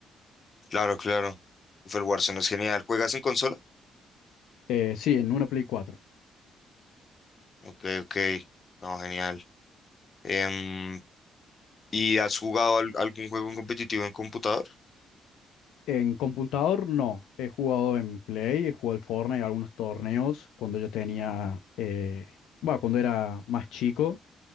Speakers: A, on the left; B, on the left.
A: Claro, claro. Uf, El Warzone es genial. ¿Juegas en consola?
B: Eh, sí, en una Play cuatro
A: Ok, ok. No, genial. Em, ¿y has jugado al- algún juego en competitivo en computador?
B: En computador no, he jugado en Play, he jugado al Fortnite, algunos torneos cuando yo tenía, eh, bueno, cuando era más chico.